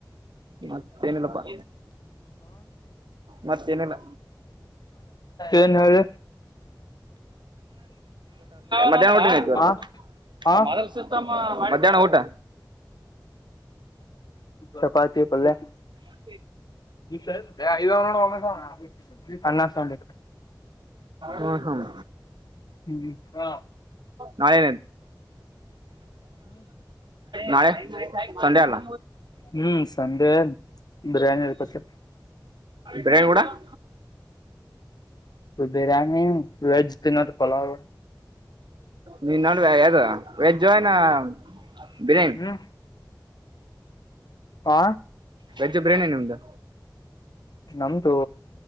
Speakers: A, on the right (about 80°); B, on the left (about 60°).
A: ಮತ್ತೇನಿಲ್ಲಪ್ಪಾ ಮತ್ತೇನೆಲ್ಲ
B: ಏನ್ ಹೇಳಿ
A: ಮಧ್ಯಾಹ್ನ ಊಟ ಏನ್
B: ಹ ಹ
A: ಮಾಡಿದೆ ಮಧ್ಯಾಹ್ನ ಊಟ
B: ಚಪಾತಿ ಪಲ್ಲೆ
A: <unintelligible>
B: <unintelligible> ಸಾಂಬಾರ್
A: ಹ್ಮ ಹ್ಮ್
B: ಹ್ಮ್ ಹ
A: ನಾಳೆ ನಾಳೆ ಸಂಡೆ ಅಲ್ಲ
B: ಹ್ಮ್ ಸಂಡೆ ಬಿರಿಯಾನಿ ಇರ್ಬೇಕ
A: ಬೈರೆ ಗೌಡ <inaudible>
B: ಬಿರಿಯಾನಿ ವೆಜ್ ತಿನ್ನದು ಪಲಾವ್
A: ನಿನ್ ನೋಡು ಯಾವುದು ವೆಜ್ ನಬಿರಯಾನಿ
B: ಹ್ಮ್ ಹ
A: ವೆಜ್ ಬಿರಿಯಾನಿ ನಿಮ್ದು
B: ನಮ್ದು